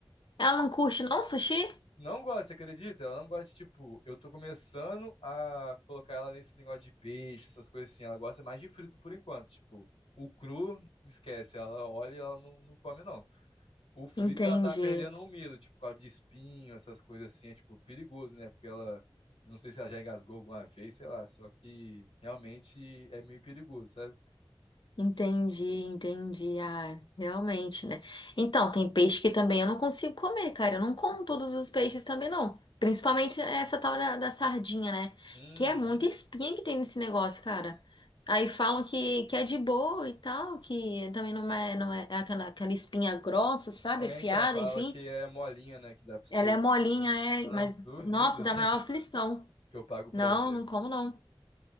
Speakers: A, on the left (about 60°); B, on the left (about 85°).
A: Ela não curte não sushi?
B: Não gosta, você acredita? Ela não gosta de, tipo, eu tô começando a colocar ela nesse negócio de peixe, essas coisas assim. Ela gosta mais de frito por enquanto, tipo, o cru, esquece, ela olha e ela não, não come, não. O frito,
A: Entendi,
B: ela tá perdendo o medo, tipo, por causa de espinho, essas coisas assim, é, tipo, perigoso, né? Porque ela, eu não sei se ela já engasgou alguma vez, sei lá, só que realmente é meio perigoso, sabe?
A: entendi, entendi. Ah, realmente, né? Então, tem peixe que também eu não consigo comer, cara. Eu não como todos os peixes também, não. Principalmente essa tal da, da sardinha, né?
B: Uhum.
A: Que é muita espinha que tem nesse negócio, cara. Aí falam que, que é de boa e tal, que também não é, não é, é aquela, aquela espinha grossa, sabe?
B: É,
A: Afiada,
B: então, fala
A: enfim.
B: que é molinha, né, que dá pra você
A: Ela é molinha,
B: comer.
A: é,
B: Ah,
A: mas,
B: duvido
A: nossa, dá maior aflição.
B: <laughs> que eu pago pra
A: Não,
B: ver.
A: não como não.